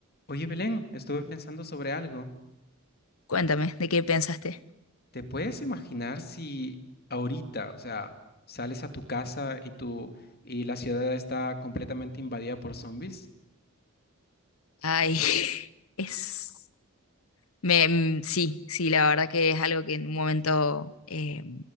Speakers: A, on the left; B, on the left.
A: Oye, Belén, estuve pensando sobre algo.
B: Cuéntame, ¿de qué pensaste?
A: ¿Te puedes imaginar si ahorita, o sea, sales a tu casa y tu y la ciudad está completamente invadida por zombies?
B: Ay, <laughs> es... Me, mm, sí, sí, la verdad que es algo que en un momento eh,